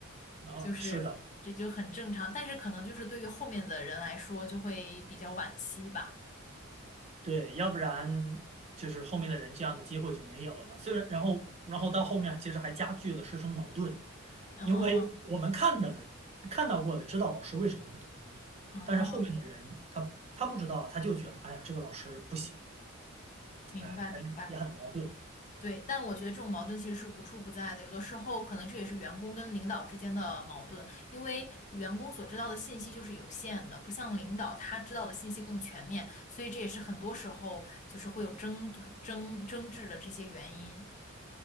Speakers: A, on the right; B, on the left.
A: 啊，
B: 就是这就很正常，
A: 是的。
B: 但是可能就是对于后面的人来说就会比较惋惜吧。
A: 对，要不然就是后面的人这样的机会就没有了。虽然，然后，然后到后面其实还加剧了师生矛盾，
B: 哦
A: 因为我们看到了、看到过的，知道老师为什么不同意，
B: 哦，
A: 但是后面的人他他不知道，他就觉得，哎呀，这个老师不行，
B: 明白，
A: 哎，
B: 明白，
A: 反正也很矛盾。
B: 对，但我觉得这种矛盾其实是无处不在的，有的时候可能这也是员工跟领导之间的矛盾，因为员工所知道的信息就是有限的，不像领导他知道的信息更全面，所以这也是很多时候就是会有争夺争争执的这些原因。